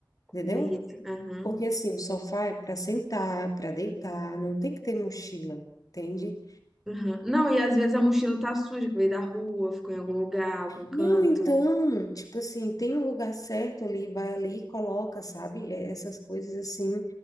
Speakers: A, on the left; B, in the centre.
A: Entendeu?
B: me irrita. Aham,
A: Porque, assim, o sofá é para sentar, para deitar, não tem que ter mochila, entende?
B: aham. Não, e às vezes a mochila tá suja, que veio da rua, ficou em algum lugar, algum
A: Não,
B: canto.
A: então, tipo assim, tem um lugar certo ali, vai ali, e coloca, sabe? É, Essas coisas assim.